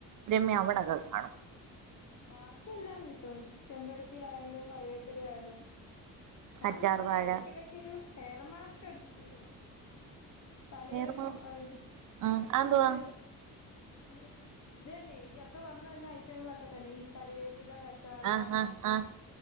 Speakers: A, on the right; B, on the left.
A: ബ്രഹ്മി അവിടെക്കെ കാണും
B: ബാക്കിയെല്ലാം കിട്ടും ചെമ്പരത്തിയായും കറിവേപ്പില ആയാലും <unintelligible>
A: കറ്റാർ വാഴ
B: എടക്കെടക്ക് ഒര് ഹെയർ മാസ്ക് എടുത്ത് ഇടും തലേലൊര്
A: വേറെമാ
B: ആത്
A: ആഹ് അതെന്തുവാ
B: എല്ലോം നമ്മള് ഈ ഇത് തന്നെ ഈ അക്ക പറഞ്ഞ തന്ന ഐറ്റങ്ങളൊക്കെ തന്നെ ഈ കറിവേപ്പിലാ ക കറ്റാർവാഴ
A: ആഹ് ആഹ് ആഹ്